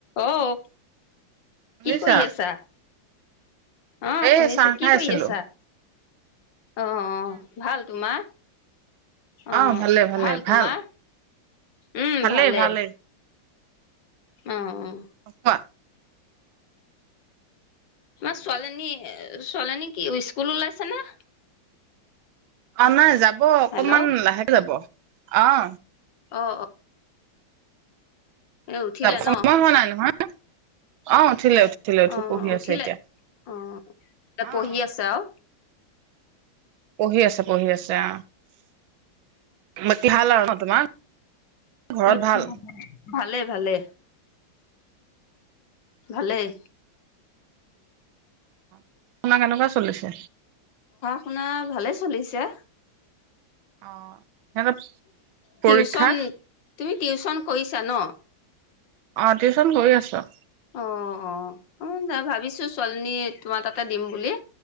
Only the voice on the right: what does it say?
শুনিছা
এই
চাহ খাই
আছিলো
আহ ভালে ভালে ভাল
ভালেই
ভালেই
অ
অ নাই যাব <unintelligible> হব অকনমান
লাহেকে যাব অঅ
সময়
হোৱা নাই নহয়? অ উঠিলে। উঠিলে উঠি
পঢ়ি
আছে এতিয়া
অ
অ
পঢ়ি আছে পঢ়ি আছে আহ। বাকি ভাল আৰু ন তোমাৰ ঘৰত
ভাল
পঢ়া শুনা কেনেকুৱা চলিছে।
অ সিহঁতৰ
পৰীক্ষা
অ টিউচন গৈ আছোঁ।